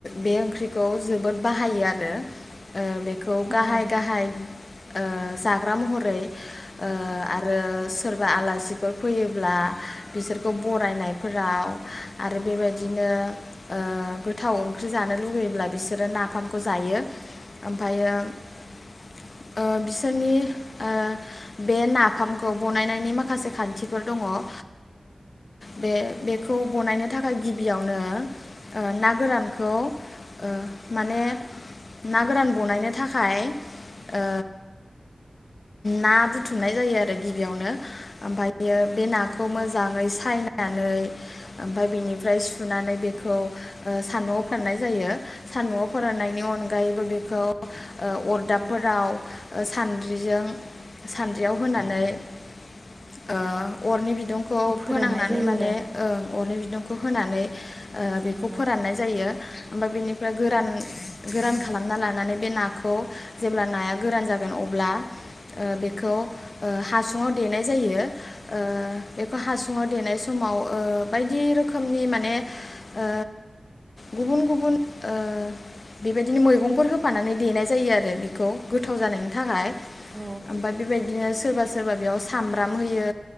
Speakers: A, on the left; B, on the right.
A: बे ओंख्रिखौ जोबोद बाहायो आरो ओ बे खौ गाहाय
B: औ
A: गाहाय ओ जाग्रा महर रै ओ आरो सोरबा आलासिफोर फैयोब्ला बिसोरखौ बरायनायफोराव आरो बेबायदिनो ओ गोथाव ओंख्रि जानो लुुबैयोब्ला बिसोरो नाफामखौ जायो ओमफायो ओ बिसोरनि ओ बे नाफामखौ बनायनि माखासे खान्थिफोर दं ओ बे बेखौ बनायनो थाखाय गिबियावनो ओ ना गोरानखौ ओ माने ना गोरान बनायनो थाखाय ओ ना बुथुमनाय जायो आरो गिबियावनो ओमफायो, बे नाखौ मोजाङै
B: औ
A: सायना नानै ओमफ्राय बेनिफ्राय सुनानै बेखौ ओ सान्दुंआव फोराननाय जायो सान्दुआव फोराननायनि अनगायैबो बेखौ ओ अरदाबफोराव सानद्रिजों सानद्रियाव होनानै ओ अरनि बिदुं खौ
B: फोराननाय
A: फोनांनानै
B: जायो
A: माने ओं अर नि बिदुं खौ होनानै बेखौ
B: आरो
A: फोराननाय जायो ओमफाय बेनिफ्राय गोरान गोरान खालामना लानानै बे नाखौ जेब्ला नाया गोरान जागोन अब्ला बेखौ ओ हासु हुङाव देनाय जायो ओ बेखौ हासुंङाव देनाय समाव ओ बायदि रोखोमनि माने ओ गुबुन गुबुन ओ बेबायदिनो मैगंफोर होफानानै देनाय जायो आरो बेखौ गोथाव जानायनि थाखाय
B: औ
A: ओमफाय बेबायदिनो सोरबासो सोरबा बेयाव सामब्राम होयो